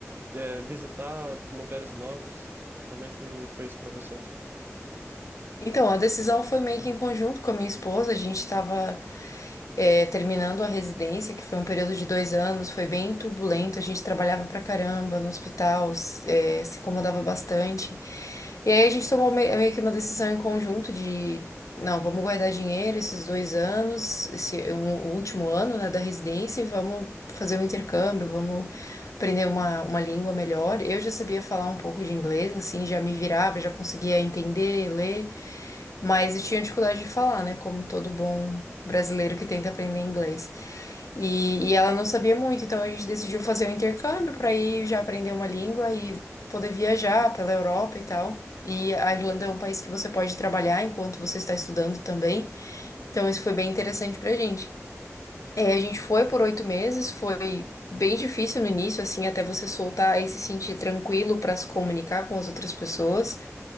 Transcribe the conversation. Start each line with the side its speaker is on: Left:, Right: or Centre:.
Right: é, visitar lugares novos. E Como é que foi isso para você?
Left: Então, a decisão foi meio que em conjunto com a minha esposa. A gente estava terminando a residência, que foi um período de dois anos, foi bem turbulento. A gente trabalhava pra caramba no hospital, s- é, se incomodava bastante. E aí a gente tomou me- meio que uma decisão em conjunto de, não, vamos guardar dinheiro esses dois anos, esse um- o último ano, né, da residência, e vamos fazer um intercâmbio, vamos aprender uma, uma língua melhor. Eu já sabia falar um pouco de inglês, assim, já me virava, já conseguia entender, ler, mas eu tinha dificuldade de falar, né? Como todo bom brasileiro que tenta aprender inglês. E, e ela não sabia muito, então a gente decidiu fazer um intercâmbio para ir já aprender uma língua e poder viajar pela Europa e tal. E a Irlanda é um país que você pode trabalhar enquanto você está estudando também. Então isso foi bem interessante pra gente.
Right: Uhum.
Left: É, a gente foi por oito meses, foi bem difícil no início, assim, até você soltar e se sentir tranquilo para se comunicar com as outras pessoas.